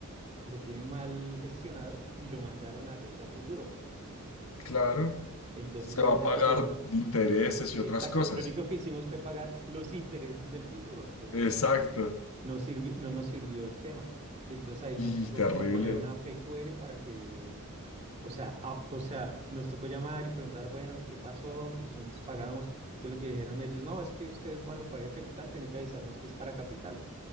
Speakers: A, on the right (about 30°); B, on the left (about 70°).
A: lo tienen mal gestionado y lo mandaron a deuda a futuro.
B: claro.
A: Entonces,
B: Se
A: obviamente,
B: va a pagar
A: pues no,
B: intereses y
A: Exacto.
B: otras cosas.
A: Lo único que hicimos fue pagar los intereses del futuro, entonces
B: Exacto.
A: no, no sirvi- no nos sirvió el tema. Entonces ahí
B: Y
A: nos tocó
B: terrible.
A: como poner una P Q R para que, o sea, a- o sea, nos tocó llamar y preguntar, bueno, ¿qué pasó? Pero si nosotros pagamos. Entonces lo que dijeron ellos, no, es que usted cuando paga capital tiene que avisarnos que es para capital.